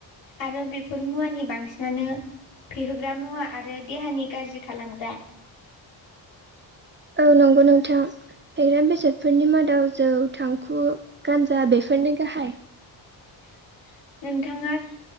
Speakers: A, on the left (about 65°); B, on the right (about 25°).
A: आरो बेफोर मुवानि बांसिनानो फेहोग्रा मुवा आरो देहानि गाज्रि खालामग्रा
B: औ नंगौ नोंथां फेग्रा बेसादफोरनि मादाव जौ थांखु गान्जा बेफोरनो गाहाय।
A: <inaudible> नोंथाङा